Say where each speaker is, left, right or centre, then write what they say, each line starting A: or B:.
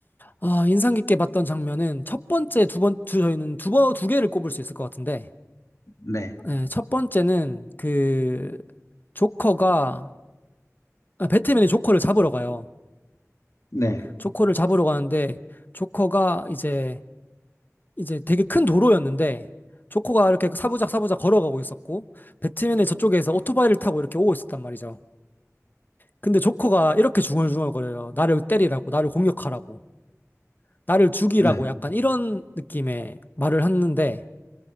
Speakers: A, on the left; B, on the left.
A: 아, 인상 깊게 봤던 장면은 첫 번째, 두 번, 두, 저희는 두 번, 두 개를 꼽을 수 있을 것 같은데,
B: 네,
A: 네, 첫 번째는 그 조커가 아, 배트맨이 조커를 잡으러 가요.
B: 네.
A: 조커를 잡으러 가는데 조커가 이제 이제 되게 큰 도로였는데 조커가 이렇게 사부작 사부작 걸어가고 있었고 배트맨이 저쪽에서 오토바이를 타고 이렇게 오고 있었단 말이죠. 근데 조커가 이렇게 중얼중얼거려요. 나를 때리라고, 나를 공격하라고, 나를 죽이라고
B: 네.
A: 약간 이런 느낌의 말을 하는데